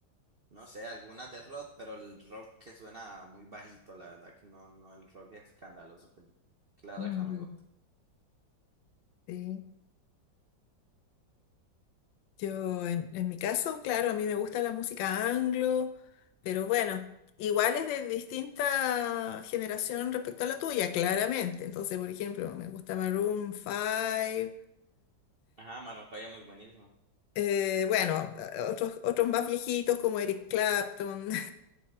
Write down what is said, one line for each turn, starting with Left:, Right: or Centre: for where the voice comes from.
Right: no sé, algunas de rock, pero el rock que suena muy bajito, la verdad que no, no, el rock escandaloso, que, que la verdad
Left: Mm,
Right: que no me gusta.
Left: sí. Yo, en, en mi caso, claro, a mí me gusta la música anglo, pero bueno, igual es de distinta generación respecto a la tuya, claramente. Entonces, por ejemplo, me gusta Maroon 5,
Right: Ajá, Maroon Five es muy buenísimo.
Left: Eh, bueno, eh, otros, otros más viejitos como Eric Clapton,